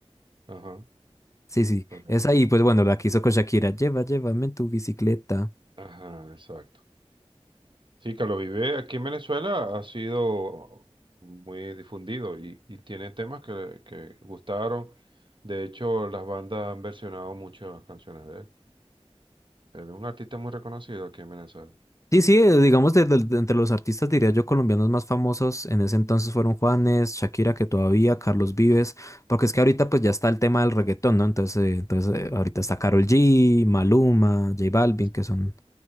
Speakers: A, on the right; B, on the left.
A: Ajá,
B: Sí, sí,
A: correcto.
B: esa y pues bueno,
A: Sí.
B: la que hizo con Shakira. Lleva, llévame en tu bicicleta.
A: Ajá, exacto. Sí, Carlos Vives aquí en Venezuela ha sido muy difundido y, y tiene temas que, que gustaron. De hecho, las bandas han versionado muchas canciones de él. Él es un artista muy reconocido aquí en Venezuela.
B: Sí, sí, eh, digamos, de- de- de entre los artistas, diría yo, colombianos más famosos en ese entonces fueron Juanes, Shakira, que todavía, Carlos Vives, porque es que ahorita pues ya está el tema del reggaetón, ¿no? Entonces, eh, entonces eh, ahorita está Karol G, Maluma, J Balvin,
A: Sí.
B: que son